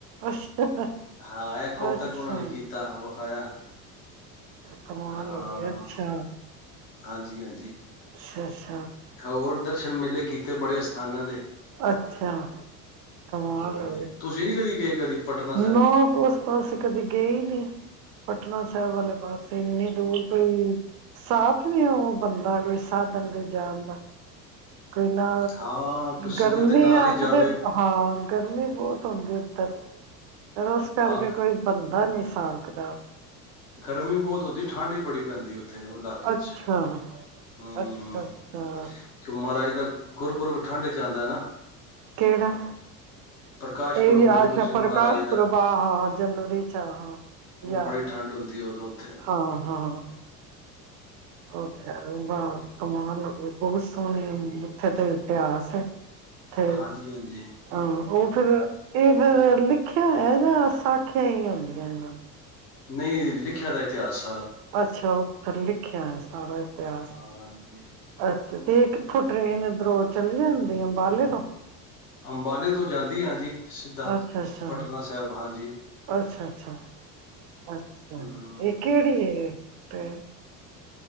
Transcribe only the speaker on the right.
ਅੱਛਾ,
ਅੱਛਾ
ਕਮਾ
ਲਈ ਆ ਅੱਛਾ
ਹਾਂ
ਅੱਛਾ ਕਮਾ
ਲ
ਨ
ਉਸ ਪਾਸੇ ਕਦੇ ਗਏ ਨੀ ਪਟਨਾ ਸਾਹਿਬ ਵਾਲੇ ਪਾਸੇ ਇੰਨੀ ਦੂਰ ਕੋਈ ਸਾਫ਼ ਨੀ ਉਹ ਬੰਦਾ ਕੋਈ ਸਾਧਨ ਕੋਈ ਜਾਣ ਦਾ ਕੋਈ ਨਾ
ਗਰਮੀ
ਆਖਦੇ
ਹਾਂ ਗਰਮੀ ਬਹੁਤ ਹੁੰਦੀ ਹੈ <unintelligible> ਉਸ ਕਰਕੇ
ਕੋਈ ਬੰਦਾ ਨਹੀਂੀ ਸੀ ਹਿਸਾਬ ਕਿਤਾਬ
ਅੱਛਾ,
ਅੱਛਾ, ਅੱਛਾ
ਕਿਹੜਾ
ਇਹ
ਅੱਛਾ
ਪ੍ਰਕਾਸ਼
ਪੁਰਬ ਆਹ ਹ ਜਨਵਰੀ ਚ ਆ ਹਾਂ
ਯਦ
ਹਾਂ ਹਾਂ ਹਾਂਬ ਕਮਾਲ ਬਹੁਤ ਸਮਯ ਥੇ ਤੇ ਇਤਿਹਾਸ ਹੈ ਤੇੇ
ਹਾਂ
ਉਹ ਫਿਰ ਇਹ ਫਿਰ ਲਿਖਿਆ ਹੈ ਜਾਂ ਸਾਖੀਆਂ ਹੀ ਆਉਦੀਆਂ ਇਹਨਾਂ ਨੂੰ
ਅੱਛਾ ਉਹ ਫਿਰ ਲਿਖਿਆ ਹੈ ਸਾਰਾ ਇਤਿਹਾਸ
ਅ ਤੇ ਕਿੱਥੋਂ ਟ੍ਰੇਨ ਦਰੋੜ ਚੱਲ ਜਾਂਦੀ ਅੰਬਾਲੇ ਤੋਂ
ਅੱਛਾ ਅੱਛਾ
ਅੱਛਾ ਅੱਛਾ ਅਛਾ
ਇਹ ਕਿਹੜੀ ਅਤੇ